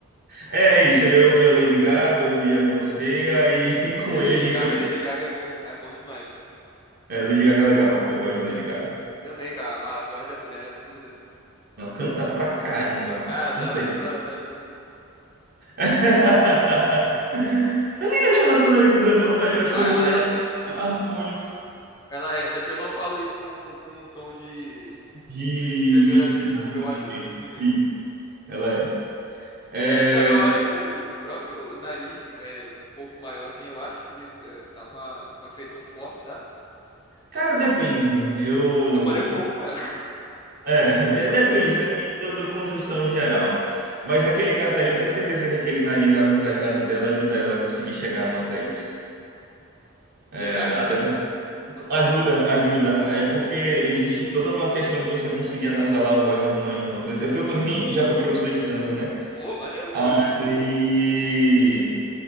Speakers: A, on the right; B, on the left.
A: É é isso, ele ouvia Lady Gaga, ouvia Beyoncé, aí <laughs> com
B: Porque Lady
A: ele a gente
B: Gaga,
A: ouvia.
B: Lady Gaga é bom, é bom demais.
A: É, Lady Gaga é legal, eu gosto de Lady Gaga.
B: Também, cara, a voz da mulher é absurda.
A: Não, canta pra caramba, cara,
B: Cara,
A: canta
B: adoro aquela
A: demais.
B: nariguda.
A: <laughs> Eu nem acho ela tão nariguda, não, velho, eu acho
B: Ah,
A: o rosto
B: ela
A: dela
B: é sim.
A: tão harmônico
B: Ela é, só que eu não falo isso com, com um tom de
A: de,
B: pejorativo,
A: de, de deboche.
B: porque eu acho muito bonito.
A: Sim, Ela é. É,
B: É, não, eu acho o, o próprio nariz é, um pouco maior, assim, eu acho bonito. é, dá uma, uma feição forte, sabe?
A: Cara, depende. Eu.
B: Eu falei um pouco maior, <laughs>
A: É, de-
B: não
A: depende,
B: muito.
A: depende do, do conjunção geral. Mas naquele caso ali, eu tenho certeza que aquele nariz avantajado dela ajuda ela a conseguir chegar a notas. É,
B: Será?
A: até porque. Ajuda, ajuda. É porque existe toda uma questão de você conseguir anasalar a voz em algumas notas. É porque eu também <laughs> já fui professor de canto, né?
B: Ô, maneiro,
A: Aí.
B: cara.